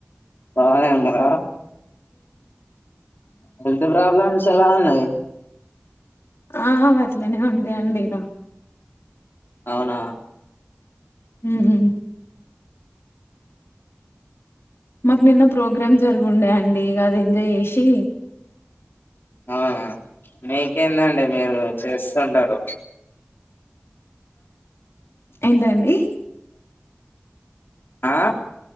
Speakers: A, on the left; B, on the left.
A: బాగానే ఉన్నారా హెల్త్ ప్రాబ్లమ్స్ ఎలా ఉన్నాయి
B: ఆ ఆ వ అట్లనే ఉంటాయండి ఇగ
A: అవునా
B: ఉహూ మాకు నిన్న ప్రోగ్రామ్ జరుగుండే అండి ఇగది ఎంజాయ్ జేసి
A: ఆ ఆ మీకేందండి మీరు చేస్తుంటారు
B: ఏంటండి
A: ఆ